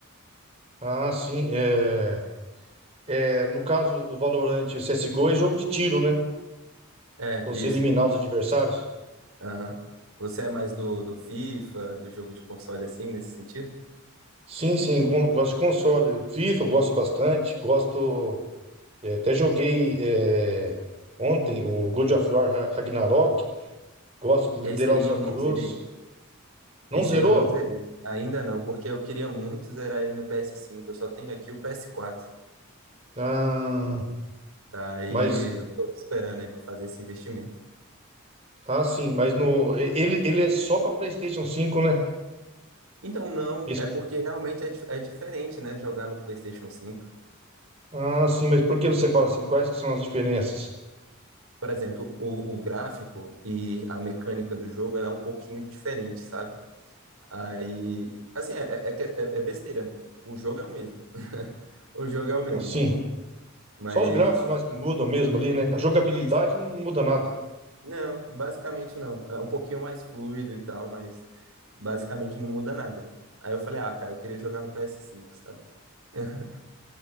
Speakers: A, on the right (about 30°); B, on the right (about 85°).
A: ah, sim. É, é, no caso, o Valorant e o CSGO é jogo de tiro, né?
B: É,
A: Você
B: isso.
A: eliminar os adversários.
B: Aham. Você é mais do, do FIFA, do jogo de console assim, nesse sentido?
A: Sim, sim, con- gosto de console. FIFA, gosto bastante. Gosto. é, até joguei é, ontem o God of War Ra- Ragnarok. Gosto do
B: Esse
A: The Last
B: aí eu
A: of
B: não
A: Us.
B: zerei.
A: Não
B: Esse
A: zerou?
B: aí eu não zerei. Ainda não, porque eu queria muito zerar ele no ps cinco. Eu só tenho aqui o ps quatro.
A: Ah,
B: Aí
A: mas.
B: eu tô esperando aí pra fazer esse investimento.
A: Ah, sim, mas no. e- Ele, ele é só pra PlayStation cinco, né?
B: Então, não,
A: Esse
B: é porque realmente é, di- é diferente, né? Jogar no PlayStation cinco
A: Ah, sim, mas por que você fala assim? Quais que são as diferenças?
B: Por exemplo, o, o gráfico e a mecânica do jogo ela é um pouquinho diferente, sabe? Aí, assim, é, é, é que- é- é é besteira. O jogo é o mesmo. <laughs> O jogo é o mesmo.
A: Assim,
B: Mas,
A: só os gráficos mais que mudam mesmo ali, né? A jogabilidade
B: isso.
A: não muda nada.
B: Não, basicamente não. É um pouquinho mais fluido e tal, mas basicamente não muda nada. Aí eu falei, ah, cara, eu queria jogar no ps cinco sabe? <laughs>